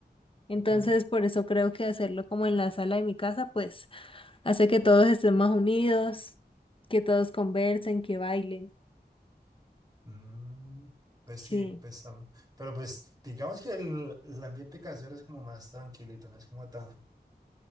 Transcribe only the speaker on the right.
ujú.
Mm, pues
sí, pues también. Pero pues digamos que el, el ambiente casero es como más tranquilito, no es como tan,